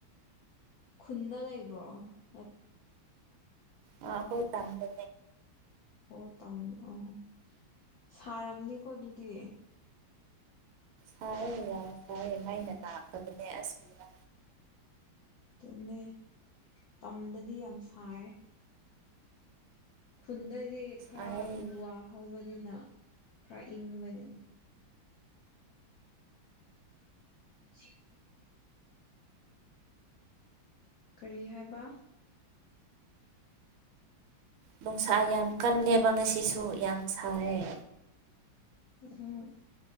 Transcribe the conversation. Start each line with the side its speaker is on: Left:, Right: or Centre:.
Left: ꯈꯨꯟꯗ ꯂꯩꯕ꯭ꯔꯣ ꯅꯠ
Right: ꯑꯥ ꯑꯈꯣꯏ ꯇꯝꯄ
Left: ꯑꯣ ꯇꯝ ꯑꯣ ꯑꯣ ꯁꯥꯔꯝꯅꯤꯀꯣ ꯑꯗꯨꯗꯤ
Right: ꯁꯥꯢꯌꯦ ꯌꯥꯏ ꯁꯥꯏꯌꯦ ꯃꯩꯅ ꯅꯥꯛꯇꯕꯅꯦ ꯑꯁ ꯕꯤꯔ
Left: ꯇꯨꯅꯦ ꯇꯝꯗꯗꯤ ꯌꯥꯝ ꯁꯥꯏ ꯈꯨꯟꯗꯗꯤ ꯈꯔ
Right: ꯑꯩ
Left: ꯎ ꯋꯥ ꯍꯧꯕꯅꯤꯅ ꯈꯔ ꯏꯪꯕꯅꯤ ꯖꯤ <inaudible> ꯀꯔꯤ ꯍꯥꯏꯕ
Right: ꯅꯨꯡꯁꯥ ꯌꯥꯝ ꯀꯜꯂꯦꯕ ꯉꯁꯤꯁꯨ ꯌꯥꯝ ꯁꯥꯏꯌꯦ
Left: ꯑꯣ